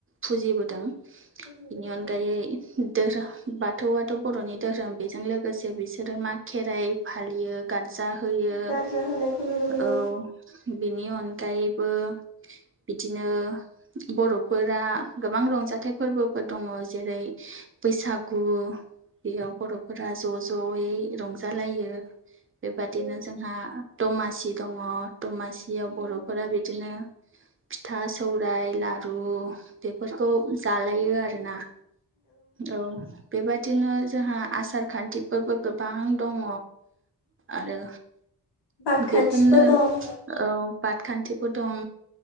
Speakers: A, on the right; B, on the left.
A: फुजिबोदों
B: फुजिबोदों
A: बिनि अनगायै
B: औ
A: धोरोम बाथौआथ' बर'नि धोरोम बेजों लोगोसे बिसोरो मा खेराइ फालियो गारजा होयो
B: गारजा होनायखौ नुनो मोनो
A: औ बेनि अनगायैबो बिदिनो बर'फोरा गोबां रंजाथाइ फोरबो फोर दङ जेरै बैसागु बेयाव बर'फोरा ज' ज'यै रंजालायो बेबादिनो
B: औ
A: जोंहा दमासि दङ दमासियाव
B: नंगौ
A: बर'फोरा बिदिनो फिथा सौराइ लारु बेफोरखौ जालायो आरोना। औ बेबादिनो जोंहा आसार खान्थिफोरबो गोबां दङ। आरो।
B: बादखान्थिफोर
A: बेफोरनो
B: दं
A: औ बादखान्थिबो दं।